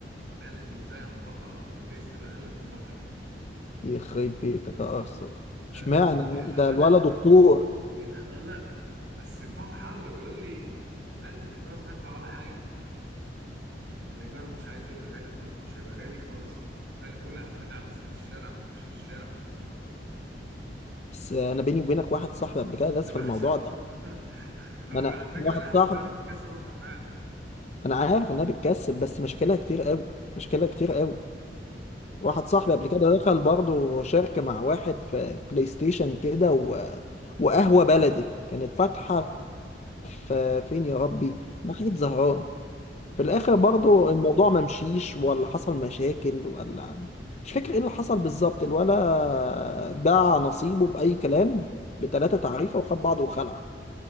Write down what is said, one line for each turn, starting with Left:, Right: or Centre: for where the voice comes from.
Right: بلدي زي همبكة وجايز تبقى أقل من همبكة كمان
Left: يخرب بيتك يا ارسنال
Right: فالولا
Left: اشمعنى يعني ده الولد دكتور
Right: الولا بس دماغه حاضرة بيقول لي قال لي الديكورات مش هدفع ولا حاجة الإيجار مش عايزه يبقى غالي خالص مش هيبقى غالي خالص قال لي كل اعتماد على الناس اللي في الشارع هنفرش في الشارع وشكرا
Left: بس انا بيني وبينك واحد صاحبي قبل كده داس
Right: دماغ
Left: في الموضوع
Right: سوا
Left: ده
Right: <laughs> هو
Left: ما انا
Right: على فكرة
Left: واحد
Right: القهوة
Left: صاحبي
Right: البلدي بتكسب أكتر فعلا
Left: انا عارف انها بتكسب بس مشاكلها كتير قوي مشاكلها كتير قوي واحد صاحبي قبل كده دخل برضه شركه مع واحد في بلاي ستيشن كده و... وقهوه بلدي كانت فاتحه في
Right: مم.
Left: فين يا ربي ناحيه زهران في الاخر
Right: اه
Left: برضو الموضوع ما مشيش ولا حصل مشاكل ولا مش فاكر ايه اللي حصل بالظبط الولا باع نصيبه باي كلام بتلاتة تعريفه وخد بعضه وخلع